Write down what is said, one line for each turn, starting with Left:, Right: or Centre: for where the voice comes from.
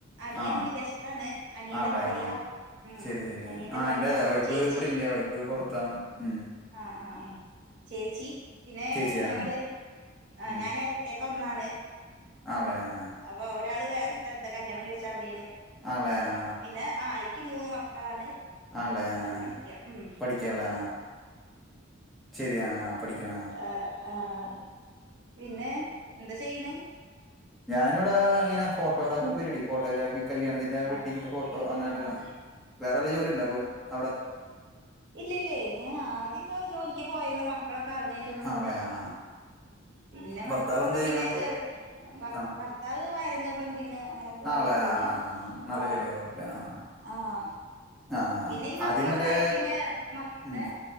Right: അനിയം
Centre: ആ
Right: വിദേശത്താണ് അനിയന്റെ
Centre: ആളെയോ?
Right: ഭാര്യ. ഉം
Centre: ശരി ശരി
Right: അനിയന്റെ
Centre: ആ
Right: ഭാര്യ
Centre: ന്റെ വൈഫ്
Right: ചേച്ചി
Centre: ഇവിടെല്ല്യ വൈഫ് പൊറത്താണ് ഉം....
Right: ആ ആ് ആ ചേച്ചി പിന്നെ
Centre: ചേച്ചിയാ?
Right: ഞങ്ങള് ആ
Centre: ഉം
Right: ഞാന് എരട്ടെ..... ത്ത ഒന്നാണ്
Centre: ആണല്ലേ ആ
Right: അപ്പൊ ഒരാള് വേറെ സ്ഥലത്ത് കല്യാണം കഴിച്ച അവിടേണ്.
Centre: ആളെ ആ
Right: പിന്നെ ആയിക്ക് മൂന്ന് മക്കളാണ്.
Centre: ആളെ ആ
Right: അവരൊക്കെ പഠിക്ക്യ ഉം....
Centre: പഠിക്കലാ ശരിയാ പഠിക്കണ
Right: ആഹ ആഹ പിന്നെ.... എന്താ ചെയ്യണ്
Centre: ഞാനിവിടെ ഇങ്ങനെ..... ഫോട്ടോടൊക്കെ പരിവാടി ഫോട്ടോഗ്രാഫി കല്യാണത്തിന്റെ
Right: ആഹ്
Centre: വെഡിങ്ങിന്റെ ഫോട്ടോ അങ്ങനെ
Right: ആഹ്
Centre: എടുക്കണ വേറെല് ജോലി ഉണ്ട അപ്പൊ അവിടെ അങ്ങനെ.... ട്ട്......
Right: ഇല്ലല്യേ ഞാൻ ആദ്യൊക്കെ ജോലിക്ക് പോയീന്ന് മക്കളൊക്ക ആവണെന്റെ മുന്നേ.
Centre: ആളെ ആ
Right: പിന്നെ
Centre: ഭർത്താവ്
Right: മക്കളൊക്കെ
Centre: എന്ത് ചെയ്യണ
Right: പിന്നെ
Centre: അപ്പൊ
Right: ചെറി
Centre: ആ
Right: ഭർത്താവ് വയറിങ്ങ് പ്ലംബിങ്.... അങ്ങനൊക്കെ ആയിട്ട്
Centre: ആളെ
Right: പോണേ
Centre: ആ നല്ല
Right: ആ
Centre: ജോലിയാ കുഴപ്പില്ല ആ
Right: ആഹ....
Centre: ആ
Right: പിന്നെ ഈ മക്കളൊക്കെ
Centre: ആദ്യം മറ്റേ
Right: ആയ പിന്നെ മ
Centre: ഉം
Right: ഏ....